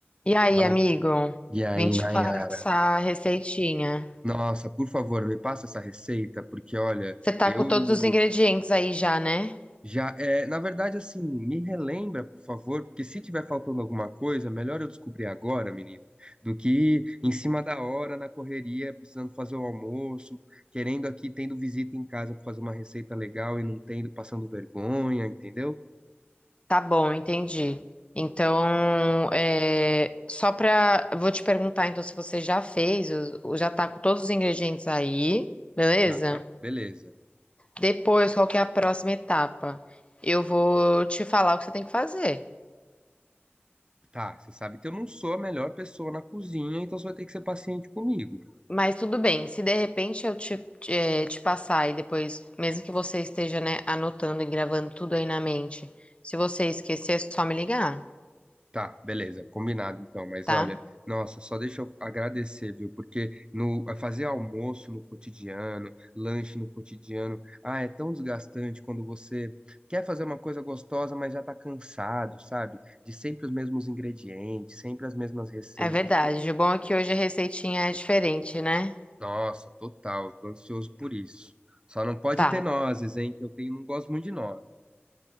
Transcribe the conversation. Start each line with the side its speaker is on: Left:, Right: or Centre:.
Left: E aí,
Right: Fala.
Left: amigo?
Right: E aí,
Left: Vim te
Right: Nayara?
Left: passar a receitinha.
Right: Nossa, por favor, me passa essa receita, porque olha,
Left: Você tá
Right: eu
Left: com todos os ingredientes aí já, né?
Right: já. É, na verdade, assim, me relembra, por favor, porque se tiver faltando alguma coisa, melhor eu descobrir agora, menina, do que em cima da hora, na correria, precisando fazer o almoço, querendo aqui, tendo visita em casa para fazer uma receita legal e não tendo, passando vergonha, entendeu?
Left: Tá bom, entendi. Então, é, só pra. Vou te perguntar então se você já fez, o- já tá com todos os ingredientes aí, beleza?
Right: Tá, beleza.
Left: Depois, qual que é a próxima etapa? Eu vou te falar o que você tem que fazer.
Right: Tá, você sabe que eu não sou a melhor pessoa na cozinha, então você vai ter que ser paciente comigo.
Left: Mas tudo bem, se de repente eu te, te, eh, te passar e depois, mesmo que você esteja, né, anotando e gravando tudo aí na mente, se você esquecer, é só me ligar,
Right: Tá, beleza, combinado então. Mas
Left: tá?
Right: olha, nossa, só deixa eu agradecer, viu? Porque no é fazer almoço no cotidiano, lanche no cotidiano, ah, é tão desgastante quando você quer fazer uma coisa gostosa, mas já tá cansado, sabe? De sempre os mesmos ingredientes, sempre as mesmas receitas,
Left: É verdade.
Right: porque,
Left: O bom é que hoje a receitinha é diferente, né?
Right: nossa, total, tô ansioso por isso. Só não pode
Left: Tá.
Right: ter nozes, hein? Que eu tenho, não gosto muito de nozes.